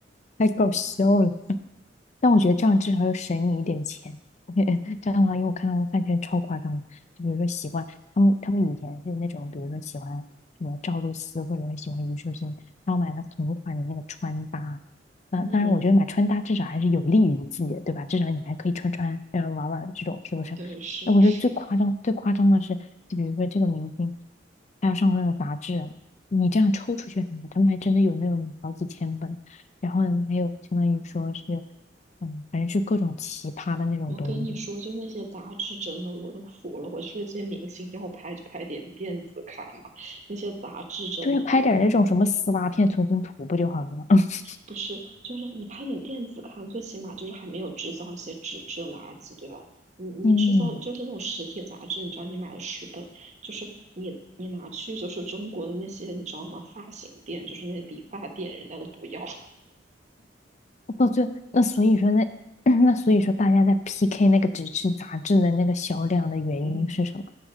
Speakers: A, on the left; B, on the right.
A: 太搞笑了。但我觉得这样至少要省你一点钱。<laughs> 这样的话，因为我看他们饭圈超夸张的，就比如说喜欢他们，他们以前是那种，比如说喜欢什么赵露思或者是喜欢虞书欣，然后买了同款的那个穿搭。那当然，
B: 嗯，
A: 我觉得买穿搭至少还是有利于自己的，对吧？至少你还可以穿穿，呃，玩玩这种，是不是？
B: 对，是是。
A: 那我觉得最夸张、最夸张的是，就比如说这个明星，他要上那个杂志，你这样抽出去，他们还真的有那种好几千本。然后呢，还有相当于说是。嗯，反正是各种奇葩的那种东西。
B: 我跟你说，就那些杂志真的我都服了。我就说这些明星要拍就拍点电子刊吧，那些杂志真的我
A: 对，拍点儿那种什么丝袜片存存图不就好了吗？<laughs>
B: 不是，就是你拍点电子刊，最起码就是还没有制造一些纸质垃圾，对吧？你你制造就是那种实体杂志，
A: 嗯，
B: 你知道你买了十本，就是你你拿去就是中国的那些你知道吗？发型店就是那些理发店，人家都不要。<laughs>
A: 到最后，那所以说那 <coughs> <clears throat> 那所以说大家在 PK 那个纸质杂志的那个销量的原因是什么？
B: 嗯，